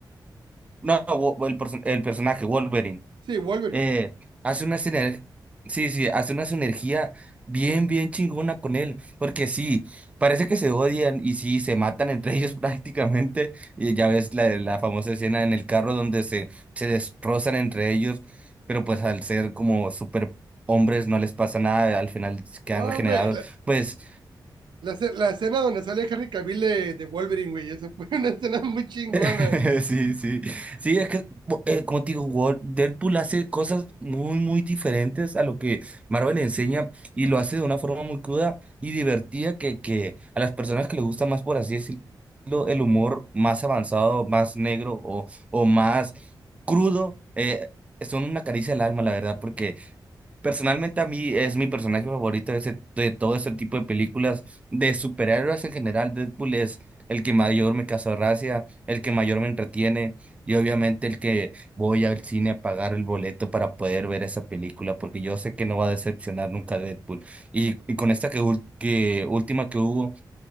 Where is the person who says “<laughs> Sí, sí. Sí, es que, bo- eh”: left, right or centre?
Right